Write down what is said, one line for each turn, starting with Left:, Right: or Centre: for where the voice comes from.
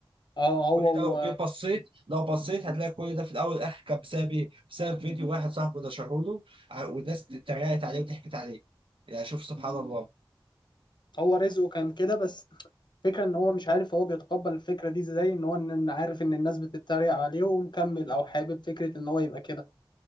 Left: اه هو
Right: كل ده لو جيت بصيت لو بصيت هتلاقي كل ده في الاول والاخر كان بسبب إيه؟ بسبب فيديو واحد صاحبه نشره له ع- والناس اتريقت عليه وضحكت عليه يعني شوف سبحان الله
Left: هو رزقه كان كده بس فكرة ان هو مش عارف هو بيتقبل الفكرة دي ازاي ان هو ان إن عارف ان الناس بتتريق عليه ومكمل او حابب فكرة ان هو يبقى كده